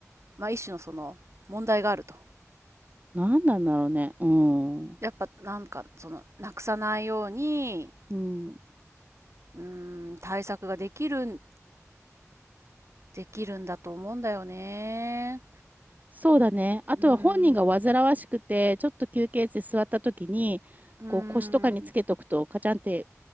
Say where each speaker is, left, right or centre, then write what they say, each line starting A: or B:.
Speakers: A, on the right; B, on the right.
A: まあ一種のその問題があると。
B: なんなんだろうね。うん。
A: やっぱなんか、その、なくさないように、
B: うん。
A: うーん、対策ができるん、できるんだと思うんだよね。
B: そうだね。あとは本人が煩わしくて、
A: うーん、
B: ちょっと休憩室で座った時に、
A: うーん。
B: こう腰とかにつけとくとカチャンって